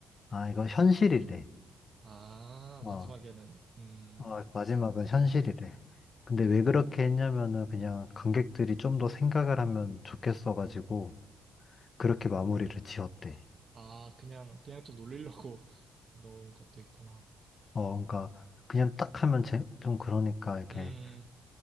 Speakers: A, on the left; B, on the right.
A: 아, 이거 현실이래.
B: 아,
A: 어,
B: 마지막에는, 음,
A: 어, 마지막은 현실이래. 근데 왜 그렇게 했냐면은 그냥 관객들이
B: 음.
A: 좀 더 생각을 하면 좋겠어가지고 그렇게 마무리를 지었대.
B: 아, 그냥, 그냥 좀 놀리려고 <laughs> 넣은 것도 있구나.
A: 어, 그러니까 그냥 딱 하면 제- 좀 그러니까 이렇게
B: 음,